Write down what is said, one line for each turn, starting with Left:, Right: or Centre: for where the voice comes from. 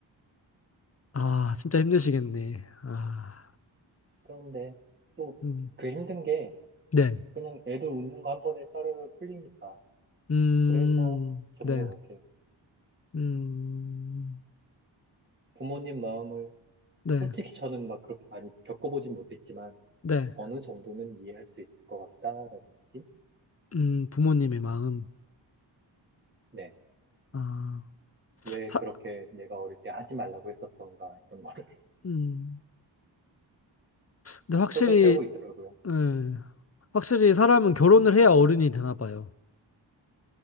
Left: 아, 진짜 힘드시겠네. 아,
Right: 그런데 또
Left: 음,
Right: 그 힘든 게
Left: 네,
Right: 그냥 애들 웃는 거 한 번에 싸르르 풀리니까
Left: 음,
Right: 그래서 좋은
Left: 네,
Right: 것 같아요.
Left: 음,
Right: 음, 부모님 마음을
Left: 네,
Right: 솔직히 저는 막 그렇게 많이 겪어보진 못했지만
Left: 네,
Right: 어느 정도는 이해할 수 있을 것 같다라는 느낌?
Left: 음, 부모님의 마음.
Right: 네.
Left: 아,
Right: 왜
Left: 사,
Right: 그렇게 내가 어릴 때 하지 말라고 했었던가 했던 거를 <laughs>
Left: 음, 근데 확실히,
Right: 똑같이 하고 있더라고요.
Left: 음, 확실히 사람은
Right: 음,
Left: 결혼을 해야 어른이 되나 봐요.